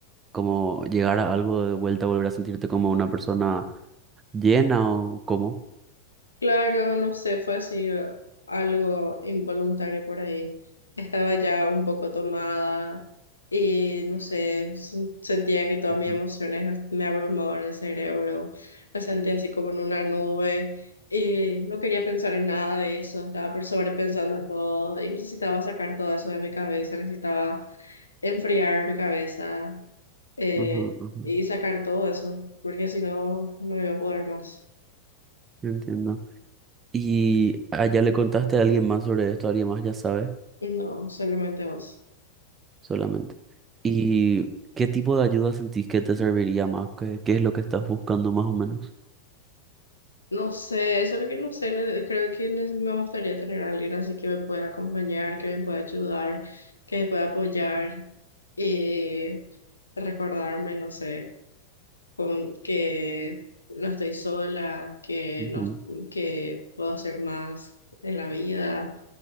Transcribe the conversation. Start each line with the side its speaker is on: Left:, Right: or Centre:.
Right: como llegar a algo de vuelta, volver a sentirte como una persona llena o cómo.
Left: Claro, no sé, fue así eh, algo involuntario por ahí. Estaba ya un poco tomada y no sé, sen- sentía que todas
Right: Ujú,
Left: mis emociones me me abrumaban el cerebro. Me sentía así como en una nube y no quería pensar en nada de eso. Estaba por sobrepensando todo y necesitaba sacar todo eso de mi cabeza, necesitaba enfriar mi cabeza eh,
Right: ujú, ujú,
Left: y sacar todo eso, porque si no, no iba a poder más.
Right: Entiendo. ¿Y allá le contaste a alguien más sobre esto? ¿Alguien más ya sabe?
Left: No, solamente vos.
Right: Solamente. ¿Y qué tipo de ayuda sentís que te serviría más? ¿Qué, qué es lo que estás buscando más o menos?
Left: No sé, eso es lo que no sé. ne- Creo que ne- me gustaría tener a alguien así que me pueda acompañar, que me pueda ayudar, que me pueda apoyar y recordarme, no sé, con, que no estoy sola, que,
Right: Ujú.
Left: no, que puedo hacer más en la vida.